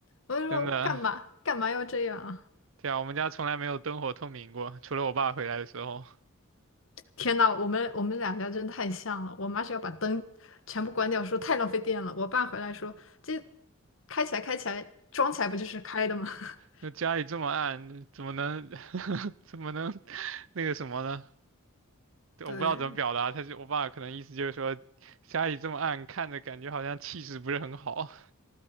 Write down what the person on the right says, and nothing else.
真的，对啊，我们家从来没有灯火通明过，除了我爸回来的时候。
那家里这么暗，怎么能 <laughs> 怎么能那个什么呢？我不知道怎么表达，
他就我爸可能意思就是说，家里这么暗，看着感觉好像气势不是很好。